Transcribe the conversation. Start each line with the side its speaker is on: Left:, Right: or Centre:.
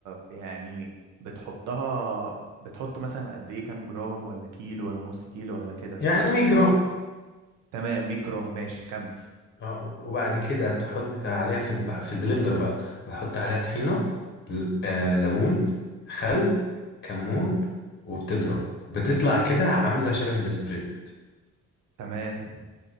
Right: يعني بتحطها بتحط مثلا قد ايه كام جرام ولا كيلو ولا نص كيلو ولا كده
Left: يعني 100 جرام
Right: تمام 100 جرام ماشي كمل
Left: اه وبعد كده تحط عليها في الب... في البلندر بقى بحط عليها طحينة ل- آه ليمون خل كمون وبتضرب بتطلع كده عاملة شبه السبريد
Right: تمام